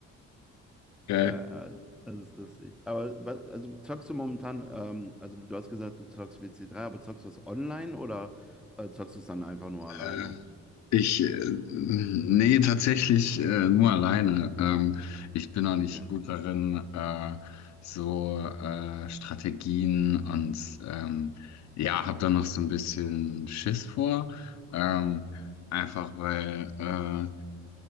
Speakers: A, on the left; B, in the centre.
A: Geil.
B: Äh, das ist lustig. Aber wa- also zockst du momentan, ähm, also du hast gesagt, du zockst WC3, aber zockst du das online oder äh, zockst du es dann einfach nur alleine?
A: Äh, ich, äh, nee, tatsächlich äh, nur alleine. Ähm, ich bin auch nicht
B: Okay.
A: gut darin, äh, so äh, Strategien und ähm, ja, habe da noch so ein bisschen Schiss vor. Ähm, einfach weil äh,